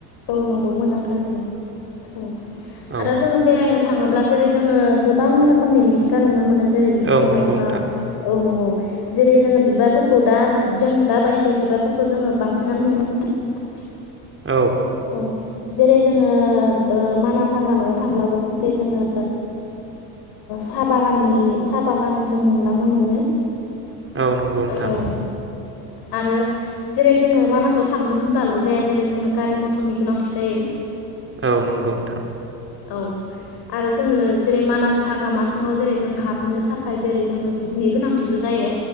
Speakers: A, on the left; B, on the right.
A: औ नंगौ मोजांथारैनो औ
B: औ
A: आरो जोंङो बेरायनो थाङोब्ला जेरै जोंङो गोबां रोखोमनि मिथिंगा नुनो मोनो। जेरै बिफां
B: औ नंगौ
A: लाइफां
B: नोंथां
A: औ नंगौ जेरै जोंङो बिबारफोरखौ दा जों दा बायस बिबारफोरखौ जोंङो बांसिनानो नुनो मोनो
B: औ
A: औ जेरै जोंङो मानास हाग्रामायाव थांब्लाबो जोंङो साहा बागाननि साहा बागान जों नुलांनो मोनो
B: औ नंगौ नोंथां।
A: औ आरो जेरै जोंङो मानासाव थांनो होनबाल' जाया जेरै जोंनो गारि म टरनि गोनांथि जायो।
B: औ नंगौ नोंथां।
A: औ आरो जोंङो जेरै मानास हाग्रामा सिङाव जेरै जों हाबनो थाखाय जेरै जोंनो जिबनि गोनांथिबो जायो।